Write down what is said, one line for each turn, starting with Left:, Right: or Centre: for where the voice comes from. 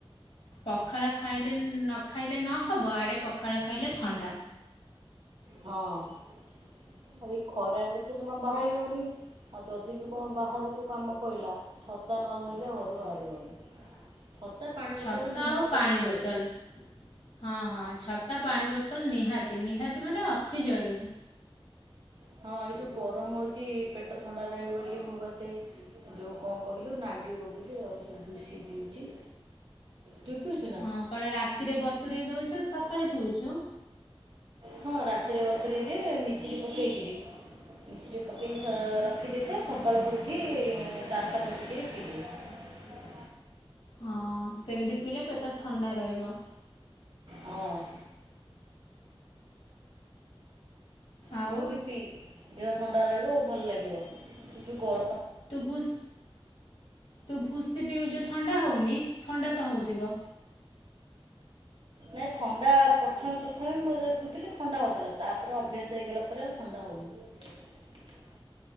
Left: ପଖାଳ ଖାଇଲେ ନ ଖାଇଲେ ନହବ ଆଡ଼େ ପଖାଳ ଖାଇଲେ ଥଣ୍ଡା
Right: ହଁ ଆଉ ଏ ଖରାରେ ତ ଜମା ବାହାରି ହେଉନି ଆଉ ଯଦି ବି କଣ ବାହାରକୁ କାମ ପଡ଼ିଲା ଛତା ନ ଧୋଇଲେ ଘରୁ ବାହାରି ହେଉନି। ଛତା ପାଣି
Left: ଛତା
Right: ବୋତଲ ନିହାତି
Left: ଆଉ ପାଣି
Right: ତ ଦରକାର
Left: ବୋତଲ ହଁ ହଁ ଛତା ପାଣି ବୋତଲ ନିହାତି ନିହାତି ମାନେ ଅତି ଜରୁରୀ।
Right: ହଁ ଏଇ ଯୋଉ ଗରମ ହଉଛି ପେଟ ଥଣ୍ଡା ରହିବ ବୋଲି ମୁଁ ବାସେ ଯୋଉ କଣ କହିଲୁ ନାଡିିବ ବୋଲି ଆଉ ସେ ଭୁଷ ପିଉଛି। ତୁ ପିଉଛୁ ନା
Left: ହଁ କଣ ରାତିରେ ବତୁରରେଇ ଦଉଛୁ। ସକାଳେ ପିଉଛୁ।
Right: ହଁ ରାତିରେ ବତୁରାଇ ଦିଏ ମିଶରି ପକେଇକିରି ମିଶରି ପକେଇକି ରଖିଦେଇଥାଏ ସକାଳକୁ ଉଠି ଦାନ୍ତ ଘଷିକିରି ପିଇଦିଏ।
Left: ହଁ ସେମିତି ପିଇଲେ ପେଟ ଥଣ୍ଡା ରହିବ।
Right: ହଁ।
Left: ଆଉ
Right: ତୁ ବି ପିଇ ଦେହ ଥଣ୍ଡା ରହିବ। ଭଲ ଲାଗିବ କିଛି ଗ
Left: ତ ଭୁସ ତ ଭୁସେ ବିିଉ ଯ ଥଣ୍ଡା ହେଉନି ଥଣ୍ଡା ତ ହେଉଥିବ।
Right: ନାଇଁ ଥଣ୍ଡା ପ୍ରଥମେ ପ୍ରଥମେ ମୁଁ ପିଥିଲି ଥଣ୍ଡା ହଉଥିଲା ତାପରେ ଅଭ୍ୟାସ ହେଇଗଲା ପରେ ଆଉ ଥଣ୍ଡା ହଉନି